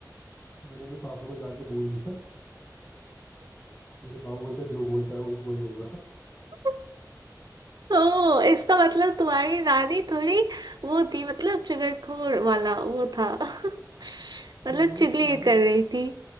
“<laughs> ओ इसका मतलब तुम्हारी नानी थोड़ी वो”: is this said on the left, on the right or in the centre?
Right